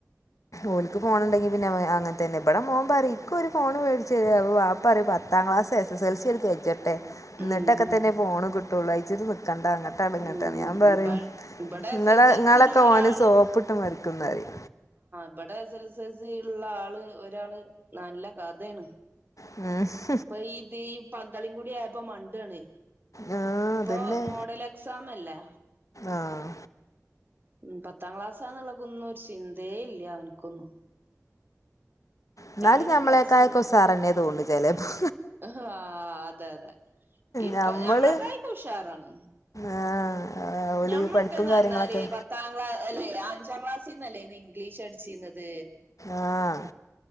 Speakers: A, on the left (about 80°); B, on the right (about 40°).
A: ഓല്ക്ക്‌ ഫോണ്ണ്ടെങ്കി പിന്നെ വെ അങ്ങൻ തന്നെ ഇബട മോം പറിം ഇക്കൊരു ഫോണ് മേടിച്ചെരോ, അപ്പ വാപ് പ്പറിം പത്താം class S S L C. ആണ്ട് കജ്ജെട്ടെ
B: ഉം
A: ന്നട്ടൊക്കെ തന്നെ ഫോൺ കിട്ടൊ ള്ളൂ. അയ്ജര്ച് നിക്കണ്ടാ ങ്ങ ട്ടട്ങ്ങട്ടെന്ന്.
B: ഉം
A: ഞാം പറിം
B: ഇബ ഇബടെ എസ്
A: ങ്ങളെ
B: എസ് എൽ
A: ങ്ങളെ
B: സി ഉള്ള
A: ക്കെ
B: ഒരാള്
A: ഓന് സോപ്പ്ട്ട് മരിക്കുന്നരിം
B: ഇബടെ എസ ൽ സൽ സീല് ള്ള ആള് ഒരാള് നല്ല കഥെണ്
A: ഉം
B: ഇപ്പ ഈ പീ പന്തളീം കുടി ആയപ്പോ മണ്ടാണെ
A: ആ
B: ഇപ്പൊ
A: അതന്നെ
B: മോഡൽ എക്സാം അല്ലേ
A: ആഹ്
B: ഉം പത്താം ക്ലാസ്സാന്നുള്ളൊക്കൊന്നും ഒരു ചിന്തേ ഇല്ല്യ അവന്ക്കൊന്നും
A: ന്നാലും
B: പിന്നെ
A: ഞമ്മളെക്കായൊക്കെ
B: പ്ലസ്
A: ഉസാറന്നെ തോന്നും ചെലേപ്പം
B: ഹ് ആഹ് അതെ അതെ ഇപ്പൊ
A: ഞമ്മള്
B: ഞമ്മളൊക്കായിക്കെ ഉഷാറാണ്
A: ആഹ് ഓല്
B: ഞമ്മളക്കന്നറ്ഞ്ഞാല്
A: പഠിപ്പും കാര്യങ്ങളൊക്കെ
B: പത് പത്താംക്ലാ അല്ലെ അഞ്ചാം ക്ലാസ് നിന്നല്ലേ അന്ന് ഇംഗ്ലീഷ് പഠിച്ചീന്നത്
A: ആഹ്